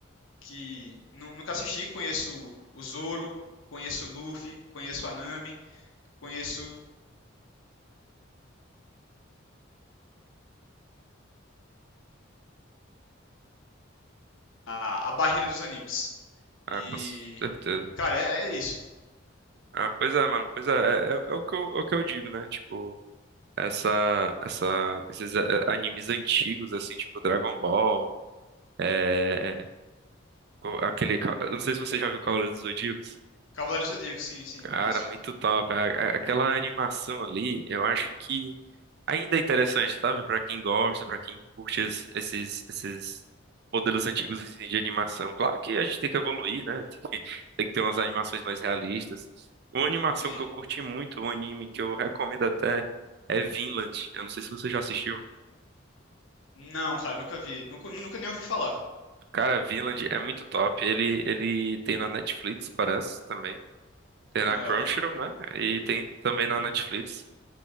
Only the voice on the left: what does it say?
que nu- nunca assisti, conheço o Zoro, conheço o Luffy, conheço a Nami, conheço a, a barreira dos animes.
E,
cara, é, é isso.
Cavaleiros do Zodíaco, sim, sim,
conheço.
Sim.
Não, cara, nunca vi. Nunca, nunca nem ouvi falar.
Hum,
legal.